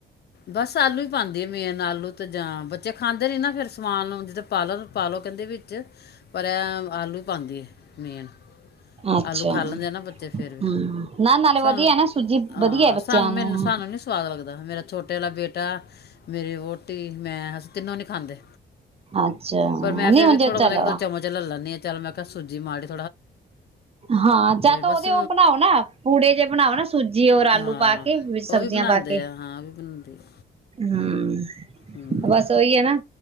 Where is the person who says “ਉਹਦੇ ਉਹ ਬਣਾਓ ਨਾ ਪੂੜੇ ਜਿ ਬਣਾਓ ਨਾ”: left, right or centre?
Right